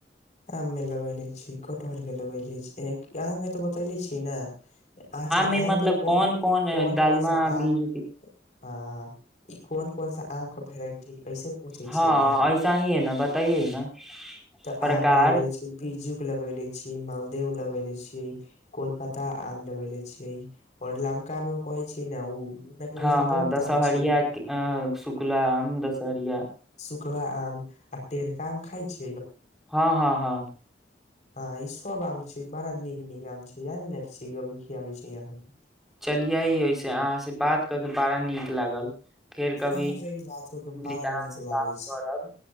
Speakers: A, on the left; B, in the centre.
A: आम मे लगैले छी कटहल के लगैले छी आम मे तऽ बतैले छी ने। अच्छा
B: मे
A: आम
B: मतलब
A: में कोन कोन
B: डालमा
A: कोन सा आम
B: बीज
A: आ ई कोन कोन सा आम का वेराइटी ऐसे पूछे
B: हँ
A: छियै ने
B: ऐसा ही है ना बताइए न।
A: तऽ
B: प्रकार
A: आम मे लगाइले छी बी बीजुक लगेले छी मालदेव लगेले छी कोलपतहा आम लगेेले छी और लमका में उ कहे छैय न उ
B: हँ हँ
A: बहुत
B: दशहरिया
A: आम छै
B: शुकुला आम दशहरिया
A: चकला आम आ टेरका आम खाइ छी।
B: हँ, हँ, हँ।
A: हँ ईसब आम छैय बड़ा नीक नीक आम छैय ने आही ने। कभी खियाबे छै अहाँ के
B: चलियै एसे अहाँ से बात क के बड़ा नीक लागल फेर कभी
A: अहाँ से ई बात कर के
B: अहाँ
A: बड़ा नीक
B: से
A: लागे
B: बात करब